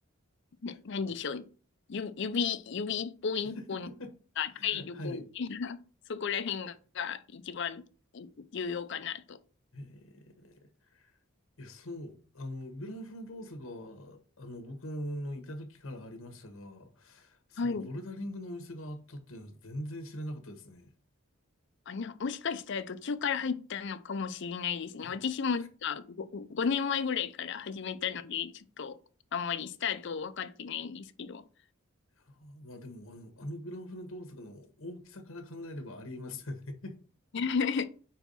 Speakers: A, on the left; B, on the left.
A: な、なんでしょうね。
B: あ
A: ゆ指、指一本一本が
B: <laughs>
A: 体力をね、
B: はい。
A: <laughs> そこら辺が一番重要かなと。
B: へえいや、そう、あの、グラフの動作が、あの、僕のいた時からありましたが、そのボルダリングのお店があったっていうのは全然知らなかったですね。
A: はい。あ、な、もしかしたら途中から入ったのかもしれないですね。
B: あ、
A: 私もなんかご5、年前ぐらいから始めたので、ちょっとあんまりスタート分かってないんですけど。
B: あまあでも、あの、あのグラフの動作の大きさから考えればありえますよね。
A: <laughs>